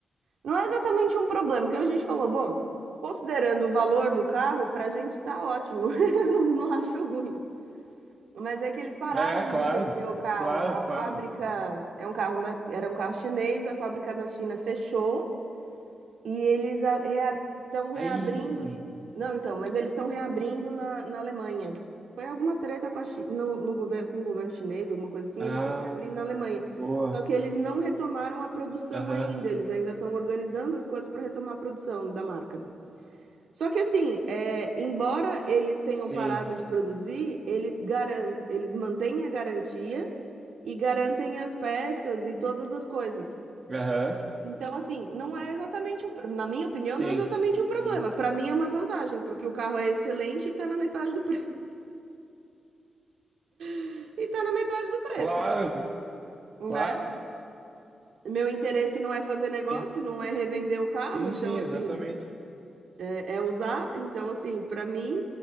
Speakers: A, on the right; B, on the right.
A: Não é exatamente um problema, porque a gente falou, bom, considerando o valor do carro, pra gente tá ótimo. <laughs> Eu não, não acho ruim. Mas é que eles pararam
B: É, claro,
A: de vender o carro.
B: claro,
A: A
B: claro,
A: fábrica
B: claro.
A: é um carro, na- era um carro chinês, a fábrica na China fechou. E eles estão reabrindo.
B: Aí.
A: Não, então, mas eles estão reabrindo na, na Alemanha. Foi alguma treta com a Chi- no, no governo, com o governo chinês, alguma coisa assim,
B: Ah,
A: eles estão reabrindo na Alemanha.
B: boa.
A: Só que eles não retomaram a produção
B: Aham.
A: ainda, eles ainda estão organizando as coisas para retomar a produção da marca. Só que assim, é, embora eles tenham
B: Sim.
A: parado de produzir, eles garan eles mantêm a garantia e garantem as peças e todas as coisas.
B: Aham.
A: Então, assim, não é exatamente um, pro- na minha opinião,
B: Sim.
A: não é exatamente um problema.
B: Sim.
A: Para mim é uma vantagem, porque o carro é excelente e tá na metade do pre... <laughs> e tá na metade do preço,
B: Claro,
A: né?
B: claro.
A: Meu interesse não é fazer negócio,
B: Sim,
A: não é revender o carro,
B: sim,
A: então
B: sim,
A: assim,
B: exatamente.
A: é, é usar, então assim, para mim,